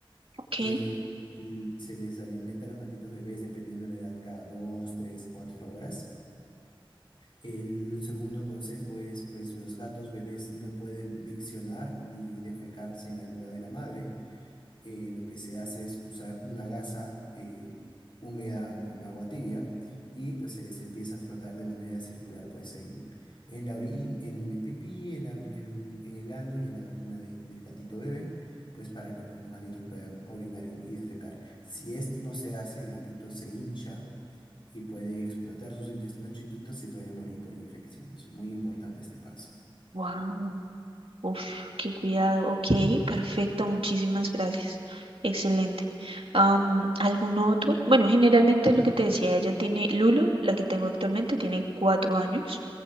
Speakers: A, on the right; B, on the left.
A: Ok,
B: Eh, l- se les alimenta a los gatitos bebés dependiendo de la edad cada 2, 3, 4 horas. El segundo consejo es, pues los gatos bebés no pueden miccionar ni defecar sin la ayuda de la madre eh, lo que se hace es usar una gasa eh, húmeda con agua tibia y pues se les empieza a frotar de manera circular pues en, en la orina, en el pipí, en la- en- en el ano y en la vagina de- del gatito bebé, pues para que pues los gatitos puedan orinar y, y defecar. Si esto no se hace, el gatito se hincha y puede explotar sus intestinos chiquitos y puede morir por infección. Es muy importante este paso.
A: wow. Uf, qué cuidado. Ok, perfecto, muchísimas gracias. Excelente. Am, ¿algún otro? Bueno, generalmente lo que te decía, ella tiene Lulu, la que tengo actualmente, tiene cuatro años,